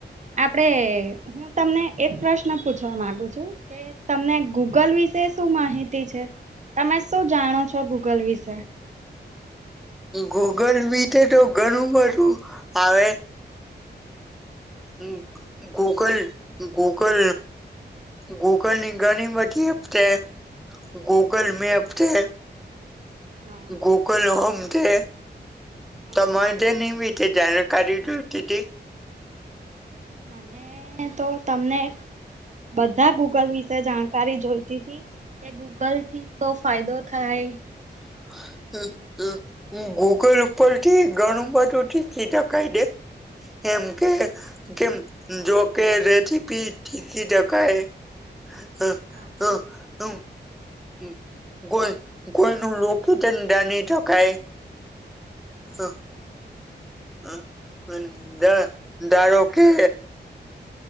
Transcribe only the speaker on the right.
આપડે હું તમને એક પ્રશ્ન પૂછવા માંગુ છું કે તમને ગૂગલ વિ શે તે શું માહિતી છે? તમે શું જાણો છો ગૂગલ વિશે?
<inaudible>
હા
હા
મને તો તમને બધા ગૂગલ વિશે જાણકારી જોઈતીતી. કે ગૂગલ થી શો ફાયદો થાય?
એમ
હા
બરાબર